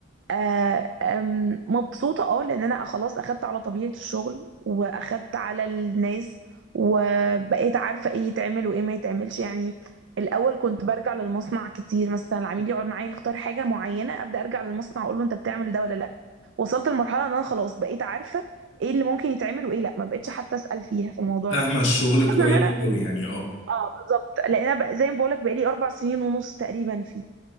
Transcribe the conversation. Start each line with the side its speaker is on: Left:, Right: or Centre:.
Right: آه، آم، مبسوطة اه لان انا خلاص اخدت على طبيعة الشغل واخدت على الناس وبقيت عارفة ايه يتعمل وايه ما يتعملش يعني الاول كنت برجع للمصنع كتير مثلا العميل يقعد معايا يختار حاجة معينة ابدا ارجع للمصنع اقول له انت بتعمل ده ولا لا وصلت لمرحلة ان انا خلاص بقيت عارفة ايه اللي ممكن يتعمل وايه لا ما بقتش حتى اسأل فيها في الموضوع
Left: فاهمة
Right: ده
Left: الشغل
Right: حاسة
Left: كويس
Right: ان انا
Left: أوي يعني اه
Right: اه بالظبط لان انا بق- زي ما بقولك بقالي اربع سنين ونص تقريبا فيه